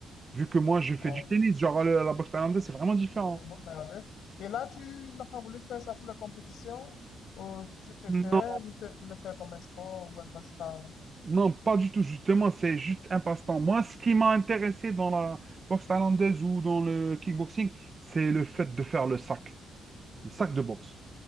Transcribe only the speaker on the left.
Euh,
oui, boxe thaïlandaise. Et là, tu n'as pas voulu faire ça pour la compétition ou tu préférais
juste le faire comme un sport ou un passe-temps?